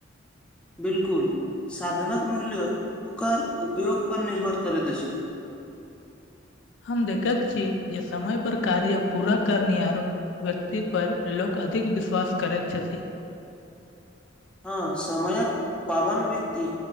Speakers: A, in the centre; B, on the left.
A: बिल्कुल साधनक मूल्य ओकर उपयोग पर निर्भर करैत अछि
B: हम देखैत छी जे समय पर कार्य पूरा करनिहार व्यक्ति पर लोक अधिक विश्वास करैत छथि
A: हँ समयक पाबंध व्यक्ति